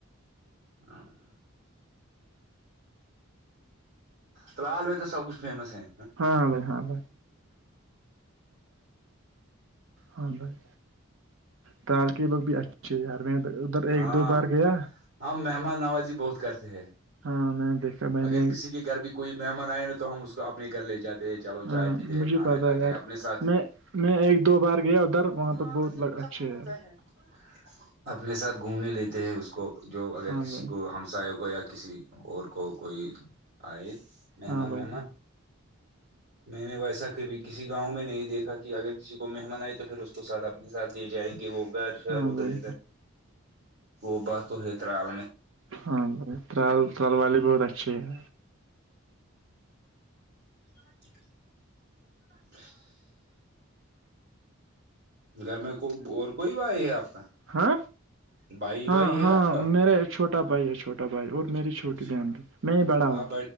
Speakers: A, on the right; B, on the right.
A: ہاں ترال میں تو سب کچھ فیمس ہے
B: ہاں بھائی ہاں بھائی ہاں بھائی ترال کے لوگ بھی اچھے ہے میں ادھر
A: ہاں
B: ایک دو بار گیا
A: ہم مہمان نوازی بہت کرتے ہیں
B: ہاں میں نے دیکھا میں
A: اگر
B: نے
A: کسی کے گھر بھی کوئی مہمان آئے نا تو ہم اس کو اپنے گھرے لے جاتے چلو
B: ہاں
A: چائے پیتے
B: مجھے
A: کھانا
B: پتا
A: کھاتے
B: ہے یار
A: اپنے ساتھ
B: میں میں ایک دو بار گیا ادھر
A: <unintelligible>
B: وہاں پر بہت اچھے ہے
A: اپنے ساتھ گھومنے لیتے ہیں اس کو جو اگر
B: ہاں
A: کسی
B: بھائی
A: کو ہمسایہ کو یا کسی اور کو کوئی آئے مہمان
B: ہاں بھائی
A: وہمان میں نے ویسا کبھی کسی گاؤں میں نہیں دیکھا کہ اگر کسی کو مہمان آئے تو پھر اس کو ساتھ آپ ساتھ ہی جائیں گے وہ گھر شھر
B: ہاں
A: ادھر
B: بھائی
A: ادھر وہ بات تو ہے ترال میں
B: ہاں جی ترال ترال والے بہت اچھے ہے
A: <inaudible> گھر میں کو اور کوئی بھائی ہے آپ کا
B: ہا
A: بھائی
B: ہاں
A: وائی ہے
B: ہاں
A: آپ کا
B: میرا ایک چھوٹا بھائی ہے چھوٹا چھوٹا بھائی اور میری چھوٹی
A: اچھا
B: بہن بھی میں بڑا ہوں
A: آپ ب